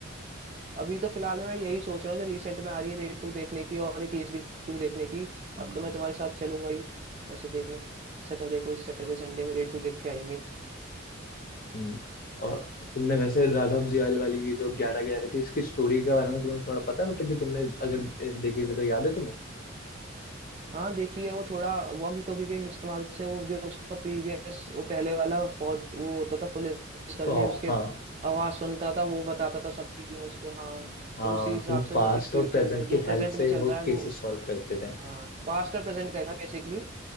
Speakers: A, on the right; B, on the left.
A: अभी तो फिलहाल में मैं यही सोच रहा हूँ जो रिसेंट में आ रही है रेड टू देखने की और एक केसरी टू देखने की अब तो मैं तुम्हारे साथ चलूंगा ही वैसे देखने सैटरडे को इस सैटरडे संडे में रेड टू देख के आएंगे
B: हम्म और तुमने वैसे राघव जुयाल वाली ये जो ग्यारह ग्यारह थी इसकी स्टोरी के बारे में तुम्हें थोड़ा पता है मतलब कि तुमने अगर देखी थी तो याद है तुम्हें
A: हाँ देखिए वो थोड़ा वॉकी टॉकी के इस्तेमाल से वो जो उसका प्रीवियस वो पहले वाला फौज वो होता था पुलिसकर्मी
B: कॉप
A: उसके
B: हाँ
A: आवाज सुनता था वो बताता था सब चीजें उसको हाँ
B: हाँ
A: तो उसी हिसाब
B: तो
A: से
B: पास्ट
A: वो इस फ्यूचर
B: और प्रेजेंट
A: में जो
B: की
A: प्रेजेंट
B: हेल्प से
A: में चल
B: वो
A: रहा है
B: केसेस
A: वो उस
B: सॉल्व करते थे
A: हाँ पास्ट और प्रेजेंट का ही था बेसिकली